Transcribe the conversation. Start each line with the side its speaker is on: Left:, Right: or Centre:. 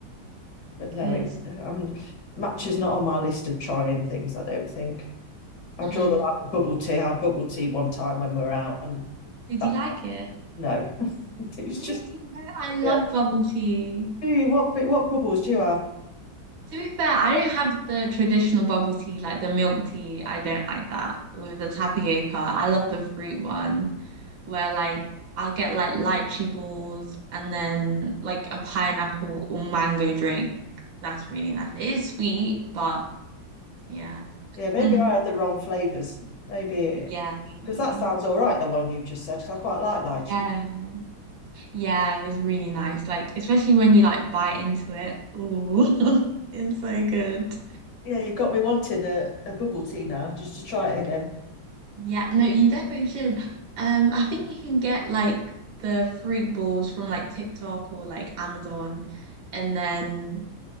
Left: But no,
Right: Because
Left: it um, matcha's not on my list of trying things. I don't think I draw
Right: Mm.
Left: the line at bubble tea. I had bubble tea one time when we were out, and
Right: Did
Left: that's
Right: you like
Left: not
Right: it?
Left: no. <laughs> it was
Right: Really?
Left: just
Right: No, I love
Left: yeah.
Right: bubble tea.
Left: Do you what? What bubbles do you have?
Right: To be fair, I don't have the traditional bubble tea, like the milk tea. I don't like that with the tapioca. I love the fruit one where like I'll get like lychee balls and then like a pineapple or mango drink. That's really nice. It is sweet, but yeah. <laughs>
Left: Yeah, maybe
Right: Hmm.
Left: I had the wrong flavors. Maybe
Right: Yeah, maybe.
Left: because that sounds all right, the one you just said, because I quite like lychee.
Right: Yeah. Yeah, it's really nice. Like especially when you like bite into it. Ooh, <laughs> it's so good.
Left: Yeah, you've got me wanting a, a bubble tea now just to try it again.
Right: Yeah, no, you definitely should. Um, I think you can get like the fruit balls from like TikTok or like Amazon, and then